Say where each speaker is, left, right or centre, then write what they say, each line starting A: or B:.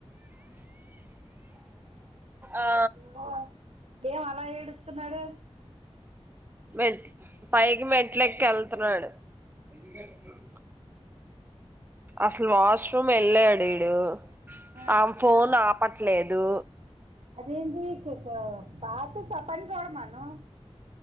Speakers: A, on the right; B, on the right.
A: ఆ
B: మ ఏం అలా ఏడుత్తున్నాడు
A: మెట్ పైకి మెట్లకి ఎళ్త్న్నాడు ఎందుకు ఏడుస్తున్నావ్ అసలు వాష్రూమ్ ఎళ్ళాడీడు
B: ఆ
A: ఆం ఫోన్ ఆప లేదు
B: అదేంటి పాత చప్పని చూడమాను